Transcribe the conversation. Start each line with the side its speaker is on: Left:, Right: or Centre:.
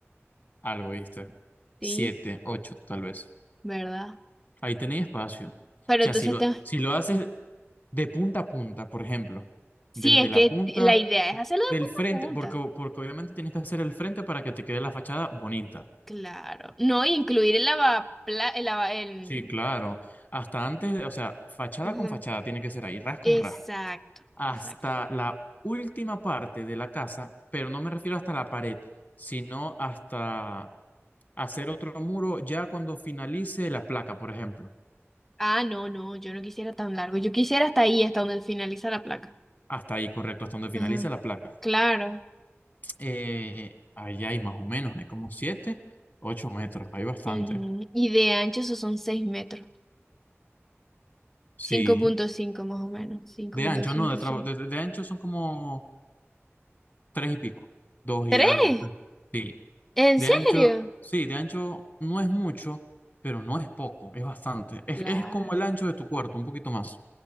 Left: Algo, ¿viste?
Centre: Sí,
Left: Siete, ocho, tal vez.
Centre: ¿verdad?
Left: Ahí tenéis espacio. O
Centre: Pero
Left: sea,
Centre: entonces,
Left: si lo,
Centre: te-
Left: si lo haces de punta a punta, por ejemplo,
Centre: sí,
Left: desde
Centre: es
Left: la
Centre: que
Left: punta
Centre: t- la idea es hacerlo
Left: del
Centre: de punta
Left: frente,
Centre: a punta.
Left: porque, porque obviamente tienes que hacer el frente para que te quede la fachada bonita.
Centre: Claro. No, y incluir el lavapla, el lava, el...
Left: Sí, claro. Hasta antes, o sea, fachada
Centre: ujú.
Left: con fachada tiene que ser ahí, ras con
Centre: Exacto,
Left: ras. Hasta
Centre: exacto.
Left: la última parte de la casa, pero no me refiero hasta la pared, sino hasta hacer otro muro ya cuando finalice la placa, por ejemplo.
Centre: Ah, no, no, yo no quisiera tan largo. Yo quisiera hasta ahí, hasta donde finaliza la placa.
Left: Hasta ahí, correcto, hasta donde finalice
Centre: Ujú,
Left: la placa.
Centre: Claro.
Left: Eh, ahí hay más o menos, hay como siete ocho metros, hay bastante.
Centre: Ujú, Y de ancho eso son 6 metros. cinco
Left: Sí,
Centre: punto cinco más o menos. cinco
Left: de
Centre: punto
Left: ancho,
Centre: cinco
Left: no, de, tra-
Centre: seis.
Left: de, de- de ancho son como 3 y pico, 2 y
Centre: ¿Tres?
Left: algo. tres. Sí,
Centre: ¿En
Left: de
Centre: serio?
Left: ancho, sí, de ancho no es mucho, pero no es poco, es bastante. Es,
Centre: Claro.
Left: es como el ancho de tu cuarto, un poquito más.